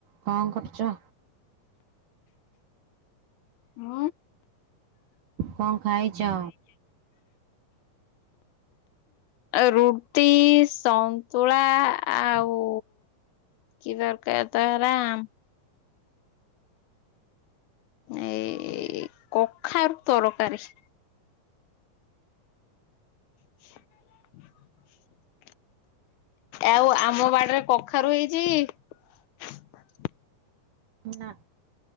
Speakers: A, on the right; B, on the left.
A: କଣ କରୁଚ?
B: ମ
A: କଣ ଖାଇଛ?
B: ରୁଟି, ସନ୍ତୁଳା ଆଉ କି ଦରକାର ତ ହେରା ଆମ ଏଇ କଖାରୁ ତରକାରୀ। <inaudible> ଆଉ ଆମ ବାଡରେ କଖାରୁ ହେଇଛି। <inaudible>
A: ନା।